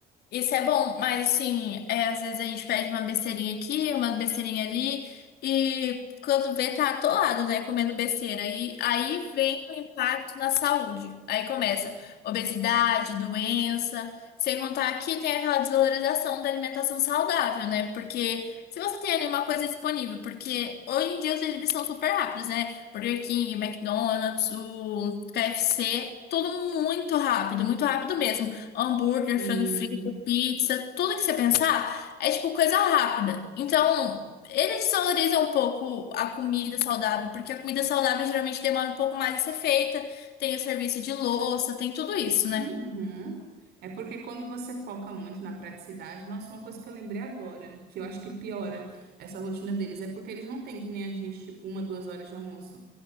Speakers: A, on the left; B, on the right.
A: Isso é bom, mas assim, é, às vezes a gente pede uma besteirinha aqui, uma besteirinha ali, e quando vê, tá atolado, né? Comendo besteira. E aí vem o impacto na saúde. Aí começa obesidade, doença. Sem contar que tem aquela desvalorização da alimentação saudável, né? Porque se você tem ali uma coisa disponível, porque hoje em dia os deliveries são super rápidos, né? Burger King, McDonald's, o KFC, tudo muito rápido, muito rápido mesmo hambúrguer,
B: Uhum.
A: frango frito pizza, tudo que você pensar é tipo coisa rápida. Então, eles desvalorizam um pouco a comida saudável, porque a comida saudável geralmente demora um pouco mais a ser feita, tem o serviço de louça, tem tudo isso, né?
B: Uhum. É porque quando você foca muito na praticidade, nossa, uma coisa que eu lembrei agora, que eu acho que piora essa rotina deles, é porque eles não têm que nem a gente, tipo, uma, duas horas de almoço.